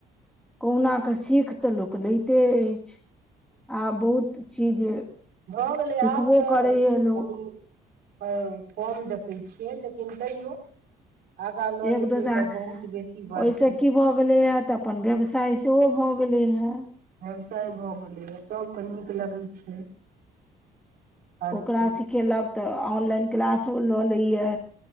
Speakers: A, in the centre; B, on the right.
A: कहुना कऽ सीख तऽ लोक लैते अछि। आ बहुत चीज
B: भऽ गेलै
A: सिखबो
B: आब तऽ
A: करैए
B: कनी।
A: लोक
B: हँ कम देखै छियै लेकिन तैयो। आगाँ लऽ
A: एक
B: जेतै
A: दोसरा
B: तऽ बहुत बेसी बढ़तै।
A: ओहिसँ की भऽ गेलैये तऽ अपन व्यवसाय सेहो भऽ गेलै हेँ
B: व्यवसाय भऽ गेलैए सब कऽ नीक लगै छै। हर
A: ओकरा
B: चीज
A: सिखेलक तऽ ऑनलाइन क्लासो लऽ लैए